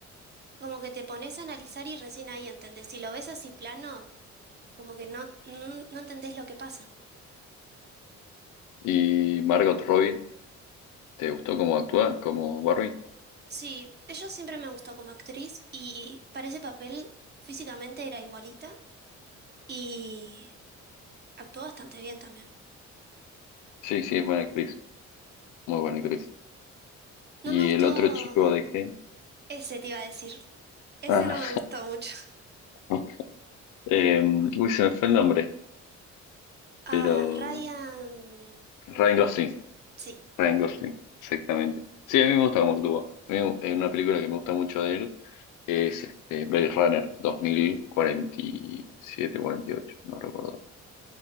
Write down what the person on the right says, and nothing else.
Como que te pones a analizar y recién ahí entendés. Si lo ves así plano, como que no, no, no entendés lo que pasa.
Sí, ella siempre me gustó como actriz y para ese papel físicamente era igualita y actuó bastante bien también.
No me gustó
ese, te iba a decir. Ese
no me gustó mucho. <laughs>
A
Ryan... ¿Cómo
era?
Sí,